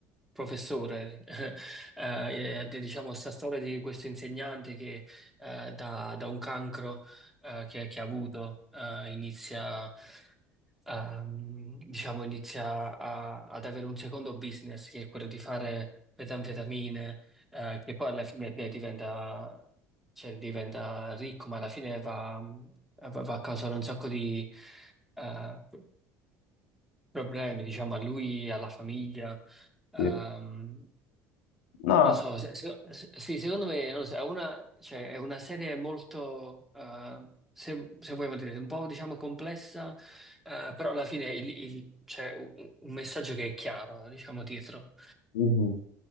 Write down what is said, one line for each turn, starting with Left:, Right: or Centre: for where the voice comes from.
Centre: professore, <laughs> eh, eh, diciamo sta storia di questo insegnante che eh, da, da un cancro eh, che, che ha avuto, eh, inizia, ehm, diciamo, inizia a- ad avere un secondo business che è quello di fare metanfetamine, eh, che poi alla fine de- diventa, cioè, diventa ricco, ma alla fine va, va- va a causare un sacco di eh, problemi, diciamo, a lui, alla famiglia. Ehm,
Left: Sì. No,
Centre: non lo so, se- se- se- sì, secondo me non lo so, è una, cioè, è una serie molto, eh, se, se vogliamo dire, un po' diciamo complessa, eh, però alla fine il- il- c'è un, un messaggio che è chiaro, diciamo, dietro.
Left: mhm.